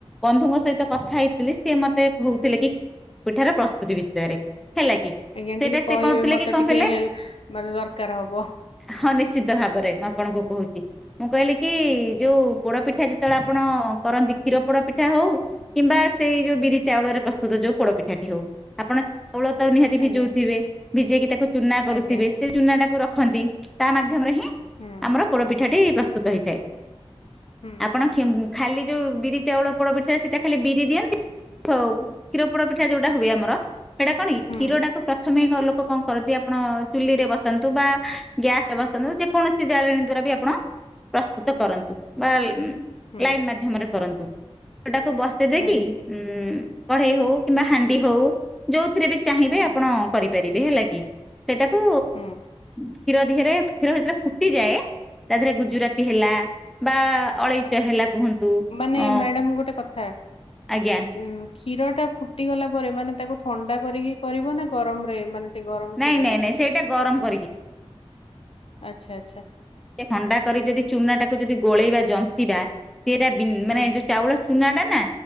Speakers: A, in the centre; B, on the left.
A: ବନ୍ଧୁଙ୍କ ସହିତ କଥା ହେଇଥିଲି ସିଏ ମତେ କହୁଥିଲେ କି ପିଠାର ପ୍ରସ୍ତୁତି ବିଷୟରେ ହେଲା କି
B: ଆଜ୍ଞା
A: ସେଇଟା
B: ଟିକେ
A: ସେ
B: କହିବେ
A: କରୁଥିଲେ
B: ମତେ
A: କି କଣ
B: ଟିକେ
A: କହିଲେ
B: ହେଲ୍ପ ମାନେ ଦରକାର ହବ
A: ହଁ ନିଶ୍ଚିତ ଭାବରେ ମୁଁ ଆପଣଙ୍କୁ କହୁଛି। ମୁଁ କହିଲି କି ଯୋଉ ପୋଡ ପିଠା ଯେତେବେଳେ ଆପଣ କରନ୍ତି କ୍ଷୀର ପୋଡ ପିଠା ହଉ, କିମ୍ବା ସେଇ ଯୋଉ ବିରି ଚାଉଳରେ ପ୍ରସ୍ତୁତ ଯୋଉ ପୋଡପିଠାଟି ହଉ ଆପଣ ଚାଉଳ ତା ନିହାତି ଭିଜଉଥିବେ
B: ଆଜ୍ଞା
A: ଭିଜେଇକି ତାକୁ ଚୁନା କରୁଥିବେ
B: ଆଜ୍ଞା
A: ସେ ଚୁନା ଟାକୁ ରଖନ୍ତି ତା ମାଧ୍ୟମରେ ହିଁ
B: ହୁଁ
A: ଆମର ପୋଡପିଠା ଟି ପ୍ରସ୍ତୁତ ହେଇଥାଏ।
B: ହୁଁ
A: ଆପଣ
B: ହୁଁ
A: ଖେମ୍ ଖାଲି ଯୋଉ ବିରି ଚାଉଳ ପୋଡ ପିଠାରେ ସେଇଟା ଖାଲି ବିରି ଦିଅନ୍ତ କ୍ଷୀର ପୋଡ ପିଠା ଯୋଉଟା ହୁଏ ଆମର ସେଇଟା କଣ କି
B: ହୁଁ
A: କ୍ଷୀରଟାକୁ ପ୍ରଥମେଲୋକ କ କଣ କରନ୍ତି ଆପଣ ଚୁଲିରେ ବସନ୍ତୁ ବା ଗ୍ୟାସ ରେ ବସନ୍ତୁ ଯେକୌଣସି ଜାଳେଣୀ ଦ୍ଵାରା ବି ଆପଣ ପ୍ରସ୍ତୁତ କରନ୍ତୁ ବା
B: ହୁଁ
A: ଲାଇନ୍ ମାଧ୍ୟମରେ କରନ୍ତୁ ସେଉଟାକୁ ବସେଇ ଦେଇକି
B: ହୁଁ
A: ଉଁ କଢେଇ ହଉ କିମ୍ବା ହାଣ୍ଡି ହଉ ଯୋଉଥିରେ ବି ଚାହିଁବେ
B: ହୁଁ
A: ଆପଣ କରିପାରିବେ ହେଲା କି ସେଟାକୁ
B: ହୁଁ
A: କ୍ଷୀର ଦିହରେ କ୍ଷୀର ଭତରେ ଫୁଟିଯାଏ ତା ଦେହରେ ଗୁଜୁରାତି ହେଲା ବା ଅଳେଇଚ ହେଲା କୁହନ୍ତୁ
B: ମାନେ
A: ଅ
B: ମ୍ୟାଡାମ ଗୋଟେ କଥା
A: ଆଜ୍ଞା
B: କ୍ଷୀର ଟା ଫୁଟି ଗଲା ପରେ ମାନେ ତାକୁ ଥଣ୍ଡା କରିକି କରିବ ନା ଗରମ ରେ ମାନେ ସେ ଗରମ
A: ନାଇଁ
B: କ୍ଷୀରରେ
A: ନାଇଁ ନାଇଁ ସେଇଟା ଗରମ କରିକି
B: ଆଚଛା ଆଚଛା
A: କେ ଥଣ୍ଡା କରି ଯଦି ଚୁନା ଟାକୁ ଯଦି ଗୋଳେଇବା ଜନ୍ତିବା ସେଟା
B: ହୁଁ
A: ମାନେ ଯୋଉ ଚାଉଳ ସୁନା ଟା ନା